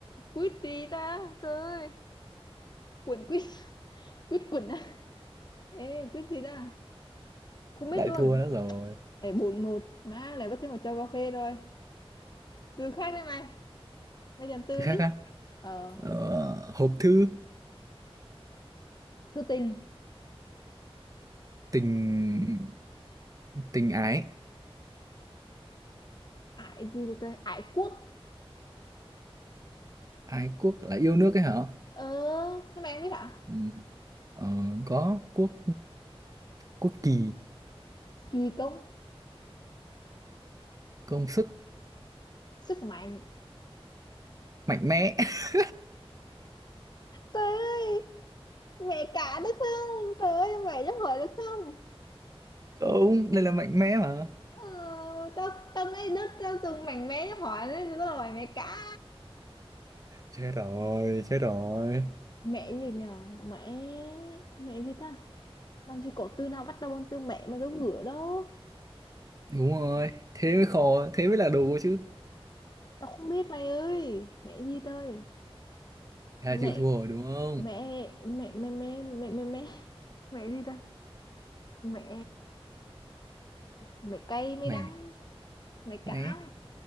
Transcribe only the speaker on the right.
lại
thua nữa rồi
từ
khác á
Ờ, hộp thư
tình tình ái
ái quốc là yêu nước ấy hả
Ừ. ờ, có quốc quốc kỳ
công sức
mạnh mẽ <laughs>
không đây là mạnh mẽ mà
Chết rồi, chết rồi.
đúng rồi thế mới khó thế mới là đồ chứ
thế
là chịu thua rồi đúng không
mẹ
mẹ